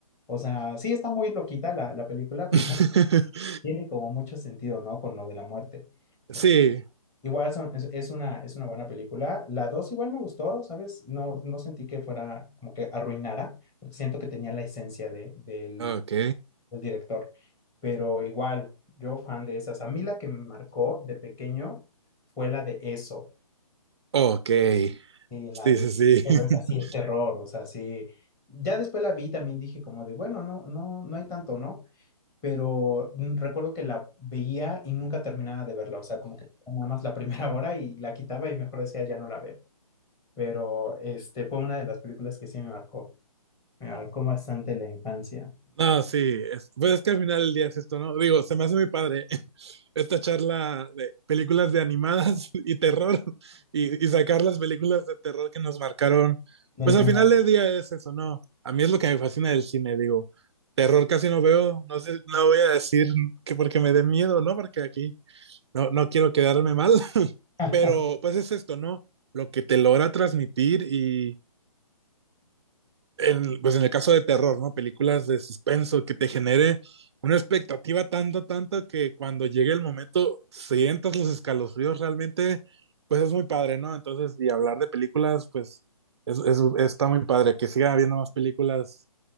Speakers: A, on the left; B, on the right.
A: o sea, sí está muy loquita la, la película, <laughs> pero
B: <laughs>
A: tiene como mucho sentido, ¿no? Con lo de la muerte. Entonces,
B: Sí,
A: igual son- es, es una, es una buena película. La 2 igual me gustó, ¿sabes? No, no sentí que fuera como que arruinara, porque siento que tenía la esencia de, del
B: ok,
A: el director. Pero igual, yo fan de esas. A mí la que me marcó de pequeño fue la de Eso.
B: ok.
A: Y la
B: Sí,
A: de...
B: sí, sí.
A: Pero es
B: <laughs>
A: así es terror, o sea, sí. Ya después la vi, también dije como de, bueno, no, no, no hay tanto, ¿no? Pero mm, recuerdo que la veía y nunca terminaba de verla, o sea, como que nada más la <laughs> primera hora y la quitaba y mejor decía, ya no la veo. Pero este fue una de las películas que sí me marcó, me marcó bastante la infancia.
B: No, sí, es- pues es que al final del día es esto, ¿no? Digo, se me hace muy padre <laughs> esta charla de películas de animadas <laughs> y terror y, y sacar las películas de terror que nos marcaron.
A: Nuestra
B: Pues al
A: <laughs>
B: final del día es eso, ¿no? A mí es lo que me fascina del cine, digo, terror casi no veo, no sé, no voy a decir que porque me dé miedo, ¿no? Porque aquí no, no quiero quedarme mal.
A: infancia.
B: Pero pues es esto, ¿no? Lo que te logra transmitir y en, pues en el caso de terror, ¿no? Películas de suspenso que te genere una expectativa tanto, tanto que cuando llegue el momento sientas los escalofríos realmente, pues es muy padre, ¿no? Entonces, y hablar de películas, pues es, es, está muy padre, que siga habiendo más películas